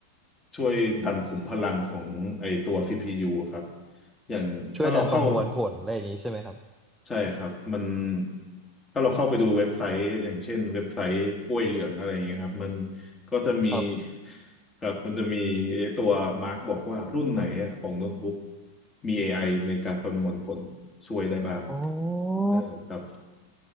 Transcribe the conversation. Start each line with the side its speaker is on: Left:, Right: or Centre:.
Left: ช่วยดันขุมพลังของไอตัว CPU อะครับ อย่างถ้าเราเข้า
Centre: ช่วยการประมวลผลอะไรอย่างนี้ใช่ไหมครับ
Left: ใช่ครับมันถ้าเราเข้าไปดูเว็บไซต์อย่างเช่นเว็บไซต์กล้วยเหลืองอะไรอย่างเงี้ยครับมันก็จะมี
Centre: ครับ
Left: ครับมันจะมีตัวมาร์กบอกว่ารุ่นไหนอะของโน้ตบุ๊กมี AI ในการประมวลผลช่วยได้บ้าง
Centre: โอ
Left: เออครับ